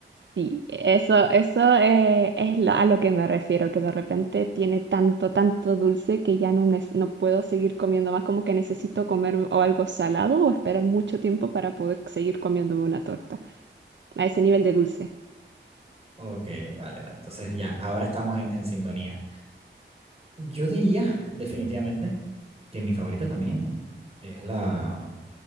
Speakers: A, on the right; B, on the right.
A: Sí, eso, eso eh, es lo- a lo que me refiero, que de repente tiene tanto, tanto dulce que ya no, nes- no puedo seguir comiendo más, como que necesito comer o algo salado o esperar mucho tiempo para poder seguir comiéndome una torta, a ese nivel de dulce.
B: Ok, vale, vale. Entonces ya, ahora estamos en, en sintonía. Yo diría definitivamente que mi favorita también es la